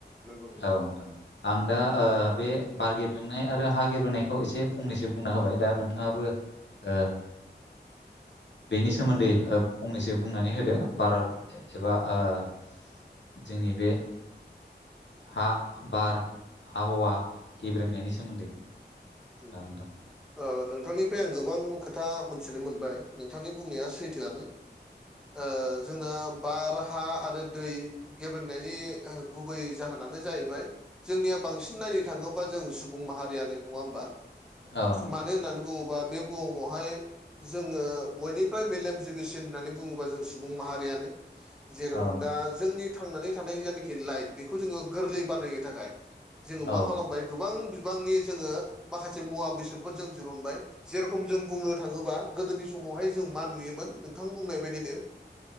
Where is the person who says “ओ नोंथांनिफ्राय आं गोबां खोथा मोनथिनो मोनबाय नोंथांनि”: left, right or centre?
Centre